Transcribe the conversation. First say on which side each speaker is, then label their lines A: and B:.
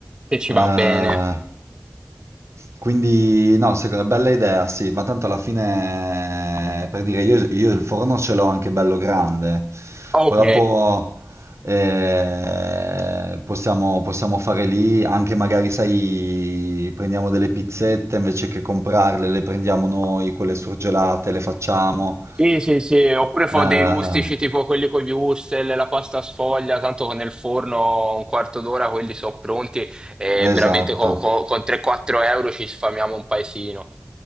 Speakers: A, on the right (about 15°); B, on the right (about 65°).
A: se ci
B: Eh,
A: va bene.
B: quindi, no, secondo- bella idea, sì, ma tanto alla fine, per dire, io, io il forno ce l'ho anche bello grande,
A: Ok.
B: poi dopo eh, possiamo, possiamo fare lì, anche magari, sai, prendiamo delle pizzette, invece che comprarle, le prendiamo noi, quelle surgelate, le facciamo.
A: Sì, sì, sì, oppure
B: Eh,
A: fa dei rustici tipo quelli con gli wurstel, la pasta sfoglia, tanto con il forno un quarto d'ora quelli sono pronti e veramente
B: esatto,
A: co- co- con 3-4 euro ci sfamiamo un paesino.